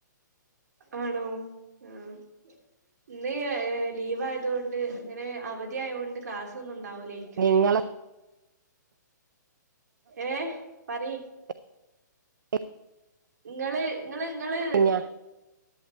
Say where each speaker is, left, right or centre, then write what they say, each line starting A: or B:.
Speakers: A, on the right; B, on the right.
A: ആണോ ആഹ ഇന്ന് ലീവ്യതുകൊണ്ട് ഇങ്ങനെ അവധിയ ആയത്ൊണ്ട് ക്ലാസ് ഒന്നും ഉണ്ടാവില്ല ലയിക്കല്ലേ
B: നിങ്ങളതൊക്കെ
A: ഏ പറയ്‌
B: <unintelligible>
A: നിങ്ങള് നിങ്ങള് നിങ്ങള്
B: കഴിഞ്ഞോ